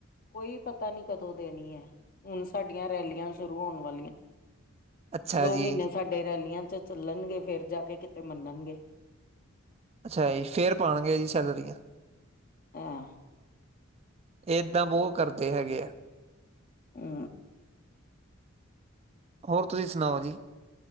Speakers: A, on the left (about 40°); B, on the right (about 30°).
A: ਕੋਈ ਪਤਾ ਨੀ ਕਦੋਂ ਦੇਨੀਐਂ। ਹੁਨ ਸਾਡੀਆਂ ਰੈਲੀਆਂ ਸ਼ੁਰੂ ਹੋਨ ਵਾਲੀਐਂ।
B: ਅੱਛਾ
A: ਦੋ
B: ਜੀ,
A: ਮੀਨੇ ਸਾਡੇ ਰੈਲੀਆਂ ਚ ਚੱਲਨਗੇ ਫੇਰ ਜਾ ਕੇ ਕਿਤੇ ਮਨਨਗੇ।
B: ਅੱਛਾ ਜੀ, ਫੇਰ ਪਾਨਗੇ ਜੀ ਸੈਲਰੀਆਂ।
A: ਹਾਂ
B: ਏਦਾਂ ਬੋਤ ਕਰਦੇ ਹੈਗੇ ਐ।
A: ਹੂੰ
B: ਹੋਰ ਤੁਸੀਂ ਸੁਨਾਔ ਜੀ